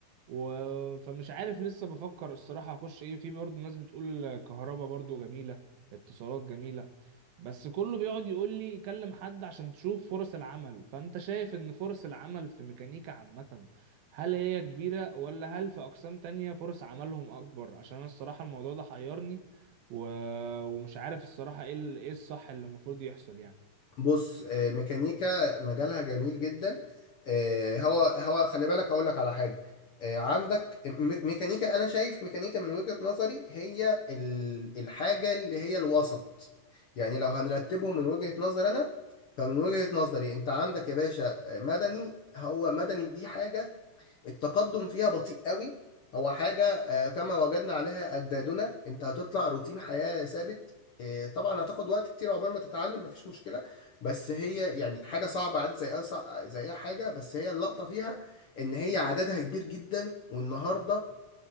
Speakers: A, on the right (about 80°); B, on the left (about 60°).
A: و... فمش عارف لسه بفكر الصراحة هخش ايه في برضه ناس بتقول كهربا برضه جميلة اتصالات جميلة بس كله بيقعد يقول لي كلم حد عشان تشوف فرص العمل فانت شايف ان فرص العمل في ميكانيكا عامة هل هي كبيرة ولا هل في اقسام تانية فرص عملهم اكبر عشان انا الصراحة الموضوع ده حيرني و... ومش عارف الصراحة ايه ال- ايه الصح اللي المفروض يحصل يعني
B: بص آه، ميكانيكا مجالها جميل جدا آه، هو هو خلي بالك هقول لك على حاجه آه، عندك م- ميكانيكا انا شايف ميكانيكا من وجهه نظري هي ال- الحاجه اللي هي الوسط يعني لو هنرتبه من وجهه نظر انا فمن وجهه نظري انت عندك يا باشا آه، مدني هو مدني دي حاجه التقدم فيها بطيء قوي هو حاجة آه، كما وجدنا عليها أجدادنا أنت هتطلع روتين حياة ثابت آه، طبعا هتاخد وقت كتير عقبال ما تتعلم مفيش مشكلة بس هي يعني حاجة صعبة عادي زي أصع- زي أي حاجة بس هي اللقطة فيها إن هي عددها كبير جدا والنهاردة